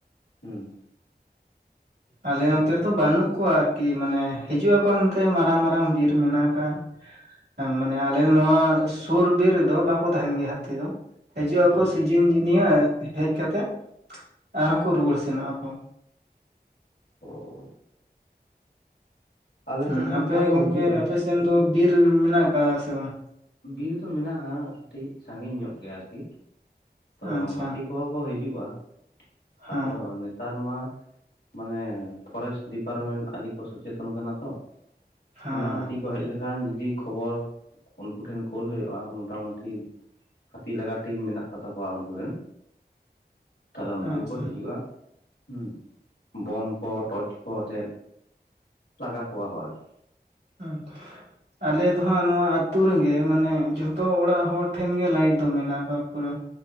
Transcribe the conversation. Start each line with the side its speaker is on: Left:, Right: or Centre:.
Left: ᱦᱩᱸ᱾
Right: ᱟᱞᱮ ᱚᱱᱛᱮ ᱨᱮᱫᱚ ᱵᱟᱹᱱᱩᱜ ᱠᱚᱣᱟ ᱟᱨᱠᱤ ᱢᱟᱱᱮ ᱦᱤᱡᱩᱜ ᱟᱠᱚ ᱦᱟᱱᱛᱮ ᱢᱟ ᱢᱟᱨᱟᱝ ᱢᱟᱨᱟᱝ ᱵᱤᱨ ᱢᱮᱱᱟᱜ ᱟᱠᱟᱜ-ᱟ ᱢᱟᱱᱮ ᱟᱞᱮ ᱱᱚᱶᱟ ᱥᱩᱨ ᱵᱤᱨ ᱨᱮᱫᱚ ᱵᱟᱠᱚ ᱛᱟᱦᱮᱱ ᱜᱮᱭᱟ ᱦᱟᱹᱛᱤ ᱫᱚ᱾ ᱦᱤᱡᱩᱜ ᱟᱠᱚ
Left: ᱦᱩᱸ
Right: ᱥᱤᱡᱤᱱ ᱡᱤᱱᱤᱭᱟᱹ᱾ ᱦᱮᱡ ᱠᱟᱛᱮᱫ ᱟᱨᱦᱚᱸ ᱠᱚ ᱨᱩᱣᱟᱹᱲ ᱥᱮᱱᱚᱜ-ᱟ ᱠᱚ᱾
Left: ᱚ ᱟᱞᱮ
Right: ᱦᱮᱸ
Left: ᱥᱮᱫ ᱦᱚᱸ
Right: ᱟᱯᱮ
Left: ᱚᱱᱠᱟ ᱠᱚ
Right: ᱜᱚᱝᱠᱮ
Left: ᱦᱤᱡᱩᱜᱼᱟ
Right: ᱟᱯᱮᱥᱮᱱ ᱫᱚ ᱵᱤᱨ ᱢᱮᱱᱟᱜ ᱠᱟᱜ-ᱟ ᱥᱮ ᱵᱟᱝ?
Left: ᱵᱤᱨ ᱫᱚ ᱢᱮᱱᱟᱜ-ᱟ ᱠᱟᱴᱤᱡ ᱥᱟᱺᱜᱤᱧ ᱧᱚᱜ ᱜᱮᱭᱟ ᱟᱨᱠᱤ ᱛᱚ
Right: ᱟᱪᱪᱷᱟ
Left: ᱦᱟᱸᱛᱤ ᱠᱚᱦᱚᱸ ᱠᱚ ᱦᱤᱡᱩᱜ-ᱟ
Right: ᱦᱮᱸ
Left: ᱟᱫᱚ ᱚᱱᱮ ᱱᱮᱛᱟᱨ ᱢᱟ ᱢᱟᱱᱮ ᱯᱷᱚᱨᱮᱥᱴ ᱰᱤᱯᱟᱨᱢᱮᱱᱴ ᱟᱰᱤ ᱠᱚ ᱥᱚᱪᱮᱛᱚᱱ ᱠᱟᱱᱟ ᱛᱚ᱾
Right: ᱦᱮᱸ
Left: ᱢᱟᱱᱮ
Right: ᱦᱮᱸ
Left: ᱦᱟᱹᱛᱤ ᱠᱚ ᱦᱮᱡ ᱞᱮᱠᱷᱟᱱ ᱡᱩᱫᱤ ᱠᱷᱚᱵᱚᱨ ᱩᱱᱠᱩ ᱴᱷᱮᱱ ᱠᱳᱞ ᱦᱩᱭᱩᱜ-ᱟ ᱢᱚᱴᱟ-ᱢᱩᱴᱤ ᱦᱟᱹᱛᱤ ᱞᱟᱜᱟ ᱴᱤᱢ ᱢᱮᱱᱟᱜ ᱠᱟᱛᱟ ᱠᱚᱣᱟ ᱩᱱᱠᱩ ᱨᱮᱱ, ᱛᱟᱞᱦᱮ ᱩᱱᱠᱩ
Right: ᱟᱪᱪᱷᱟ
Left: ᱠᱚ ᱦᱤᱡᱩᱜ-ᱟ᱾ ᱦᱩᱸ᱾ ᱵᱚᱢ ᱠᱚ, ᱴᱚᱨᱪ ᱠᱚ ᱟᱛᱮᱫ᱾ ᱞᱟᱜᱟ ᱠᱚᱣᱟ ᱠᱚ ᱟᱨᱠᱤ᱾
Right: ᱦᱩᱸ ᱟᱞᱮ ᱫᱚ ᱦᱟᱸᱜ ᱱᱚᱣᱟ ᱟᱛ ᱛᱩ ᱨᱮᱜᱮ ᱢᱟᱱᱮ ᱡᱷᱚᱛᱚ ᱚᱲᱟᱜ ᱦᱚᱲ ᱴᱷᱮᱱ ᱜᱮ ᱞᱟᱭᱤᱴ ᱫᱚ ᱢᱮᱱᱟᱜ ᱠᱟᱜ-ᱟ ᱯᱩᱨᱟᱹ᱾